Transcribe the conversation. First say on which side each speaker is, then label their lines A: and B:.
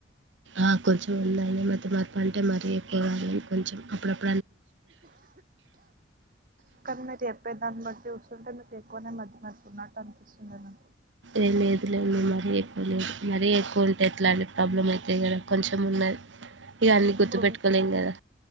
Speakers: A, on the right; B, on the right.
A: ఆ కొంచెం ఉందని మతిమరుపు అంటే మరి ఎక్కువ కాదు కొంచెం అప్పుడప్పు
B: కానీ మీరు చేప్పే దాన్ని బట్టి చూస్తుంటే మీకు ఎక్కువనే మతిమరుపు ఉన్నట్టు అనిపిస్తుంది నా
A: ఏ లేదు లేదు మరీ ఎక్కువ లేదు మరీ ఎక్కువ ఉంటే ఎట్లాంటి ప్రాబ్లం అయితది కదా కొంచెం ఉన్నది ఇక అన్నీ గుర్తుపెట్టుకోలేం
B: ఇప్పుడు
A: కదా